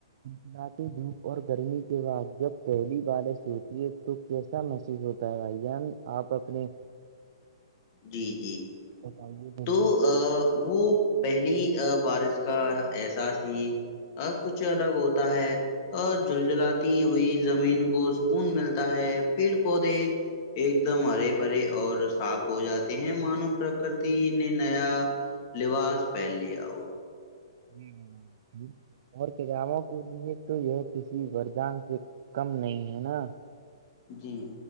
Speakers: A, on the right (about 50°); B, on the left (about 40°).
A: ملاتی دھوپ اور گرمی کے بعد جب پہلی بارش ہوتی ہے تو کیسا محسوس ہوتا ان آپ اپنے
B: جی جی
A: بتائیے بولیے
B: تو وہ پہلی بارش کا احساس ہی اور کچھ الگ ہوتا ہے اور جلجلاتی ہوئی زمین کو سکون ملتا ہے پیڑ پودے ایک دم ہرے بھرے اور صاف ہو جاتے ہیں مانو پرکرتی نے نیا لباس پہن لیا ہو
A: <inaudible> اور کتابوں کے لیے تو یہ کسی وردان سے کم نہیں ہے نا
B: جی